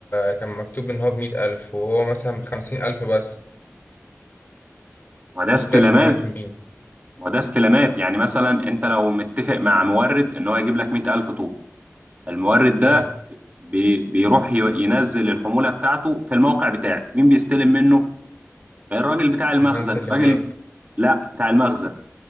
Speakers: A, on the left; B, on the right.
A: كان مكتوب ان هو بمية الف وهو مثلا بخمسين الف بس
B: ما ده استلامات
A: دي كده شغلانه مين
B: ما ده استلامات يعني مثلا انت لو متفق مع مورد ان هو يجيب لك 100000 طوب المورد ده
A: مم.
B: بي- بيروح ي- ينزل الحمولة بتاعته في الموقع بتاعي مين بيستلم منه الراجل بتاع المخزن
A: المهندس اللي
B: راجل
A: هناك
B: لا بتاع المخزن